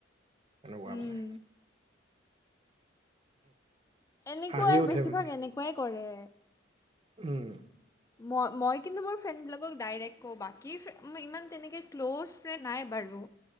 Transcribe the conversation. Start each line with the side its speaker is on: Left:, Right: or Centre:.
Right: এনেকুৱা
Left: উম
Right: মানে
Left: এনেকুৱাই,
Right: হাঁহিয়ে উঠে
Left: বেছিভাগ
Right: মানে
Left: এনেকুৱাই কৰে।
Right: উম।
Left: মই-মই কিন্তু মোৰ ফ্ৰেণ্ডবিলাকক ডাইৰেক্ট কওঁ, বাকী ইমান তেনেকে ক্ল'জ ফ্ৰেণ্ড নাই বাৰু,